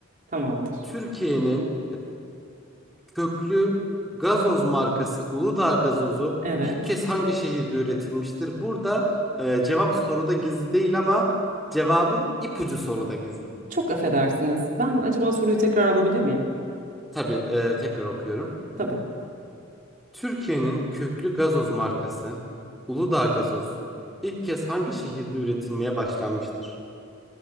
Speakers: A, on the right; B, in the centre.
A: Tamamdır.
B: Türkiye'nin Köklü gazoz markası Uludağ gazozu
A: Evet.
B: ilk kez hangi şehirde üretilmiştir? Burada e, cevap soruda gizli değil ama cevabın ipucu soruda gizli.
A: Çok affedersiniz. Ben acaba soruyu tekrar alabilir miyim?
B: Tabii e, tekrar okuyorum.
A: Tabii.
B: Türkiye'nin köklü gazoz markası Uludağ gazoz ilk kez hangi şehirde üretilmeye başlanmıştır?